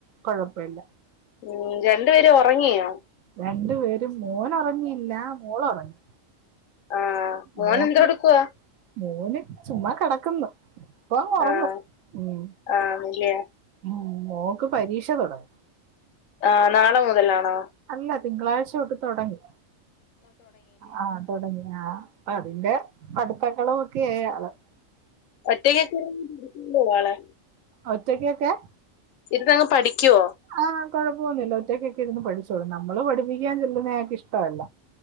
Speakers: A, on the right (about 80°); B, on the left (about 80°).
A: കുഴപ്പല്ല.
B: ഉം രണ്ടു പേരും ഉറങ്ങിയോ.
A: രണ്ടു പേരും മോനൊറങ്ങിയില്ല മോളൊറങ്ങി.
B: ആഹ് മോൻ
A: മോക്ക്
B: എന്തെടുക്കുവാ
A: മോന് ചുമ്മാ കിടക്കുന്നു. ഇപ്പൊ ഉറങ്ങും
B: ആഹ്
A: ഉം
B: ആഹ് ഇല്ലയോ
A: ഉം മോക്ക് പരീക്ഷ തുടങ്ങും.
B: ആഹ് നാളെ മുതലാണോ.
A: അല്ല തിങ്കളാഴ്ച തൊട്ട് തുടങ്ങി ആഹ് തുടങ്ങി. ആഹ് അതിന്റെ പഠിത്തങ്ങളും ഒക്കെയാള്.
B: ഒറ്റക്കൊക്കെ പോവാള്.
A: ഒറ്റയ്ക്കെക്കെ.
B: ഇരുന്നങ്ങ് പഠിക്കുവോ.
A: ആഹ് കൊഴപ്പൊന്നുമില്ല ഒറ്റയ്ക്കൊക്ക ഇരുന്ന് പഠിച്ചോളൂ നമ്മള് പഠിപ്പിക്കാൻ ചെല്ലുന്നയാക്ക് ഇഷ്ടമല്ല.